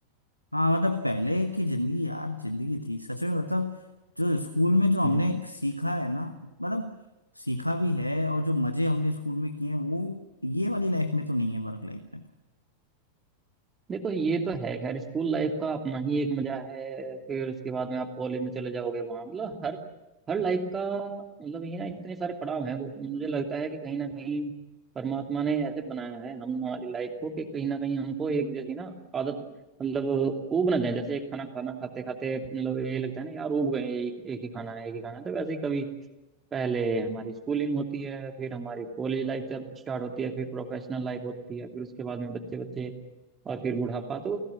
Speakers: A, on the left (about 80°); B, on the right (about 20°).
A: हाँ मतलब पहले की जिंदगी यार जिंदगी थी सच में मतलब जो स्कूल में जो हमने
B: है
A: सीखा है ना मतलब सीखा भी है और जो मजे हमने स्कूल में किए हैं वो ये वाली लाइफ में तो नहीं है वर्क लाइफ में तो
B: देखो ये तो है खैर स्कूल लाइफ का अपना ही एक मजा है फिर उसके बाद में आप कॉलेज में चले जाओगे वहां मतलब हर हर लाइफ का मतलब ये ना इतने सारे पड़ाव हैं वो मुझे लगता है कि कहीं ना कहीं परमात्मा ने ऐसे बनाया है हम हमारी लाइफ को कि कहीं ना कहीं हमको एक जैसी ना आदत मतलब ऊब ना जाए जैसे एक खाना खाना खाते खाते मतलब ये लगता है ना यार ऊब गए एक एक ही खाना है एक ही खाना है तो वैसे ही कभी पहले हमारी स्कूलिंग होती है फिर हमारी कॉलेज लाइफ जब स्टार्ट होती है फिर प्रोफेशनल लाइफ होती है फिर उसके बाद में बच्चे बच्चे और फिर बुढ़ापा तो